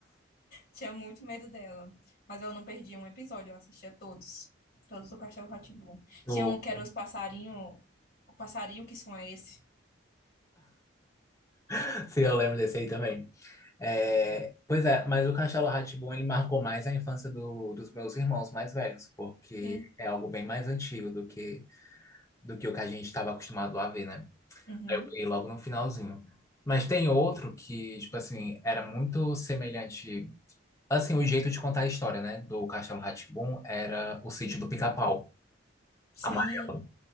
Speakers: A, on the left; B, on the left.
A: Tinha muito medo dela. Mas eu não perdia um episódio, eu assistia todos. Todos do Castelo rá tim
B: Eu,
A: Tinha um que era os passarinho. O passarinho que som é esse?
B: <laughs> se eu lembro desse aí também. É, pois é, mas o Castelo rá tim ele marcou mais a infância do- dos meus irmãos mais velhos, porque
A: Sim.
B: é algo bem mais antigo do que, do que o que a gente estava acostumado a ver, né?
A: Uhum.
B: Eu peguei logo no finalzinho. Mas tem outro que, tipo assim, era muito semelhante. Assim, o jeito de contar a história, né? Do Castelo rá tim era o sítio do Pica-Pau.
A: Sim.
B: amarelo,